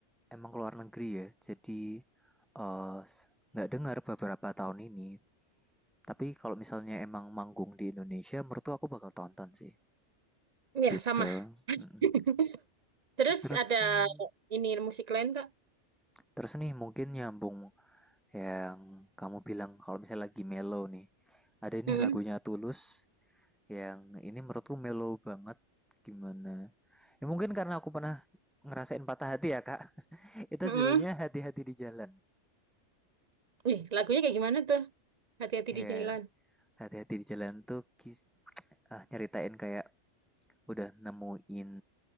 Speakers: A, in the centre; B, on the right.
A: emang keluar negeri ya. Jadi eh, nggak dengar beberapa tahun ini. Tapi kalau misalnya emang manggung di Indonesia, menurut aku bakal tonton sih. Gitu.
B: ya sama.
A: Mm.
B: <laughs> Terus
A: Terus
B: ada
A: Hmm.
B: ini musik lain kak?
A: terus nih mungkin nyambung yang kamu bilang kalau misalnya lagi mellow nih. Ada nih
B: Mm-mm.
A: lagunya Tulus yang ini menurutku mellow banget. Gimana? Ya mungkin karena aku pernah ngerasain patah hati ya, Kak. <laughs> Itu
B: Mm-mm.
A: judulnya Hati-hati di Jalan.
B: Ih, lagunya kayak gimana tuh? Hati-hati
A: Ya,
B: di jalan.
A: hati-hati di jalan tuh kis- ah, nyeritain kayak udah nemuin